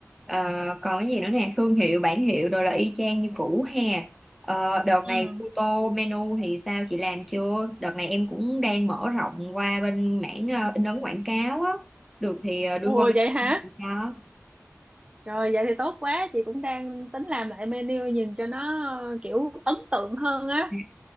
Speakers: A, in the centre; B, on the right.
A: Ờ, còn cái gì nữa nè, thương hiệu, bản hiệu đồ là y chang như cũ ha. Ờ, đợt
B: ừ
A: này photo menu thì sao chị làm chưa? Đợt này em cũng đang mở rộng qua bên mảng ờ, in ấn quảng cáo á. Được thì ờ, đưa
B: ồ
A: qua bên
B: vậy
A: em
B: hả
A: thì sao?
B: rồi vậy thì tốt quá chị cũng đang tính làm lại menu nhìn cho nó ờ, kiểu ấn tượng hơn á
A: À,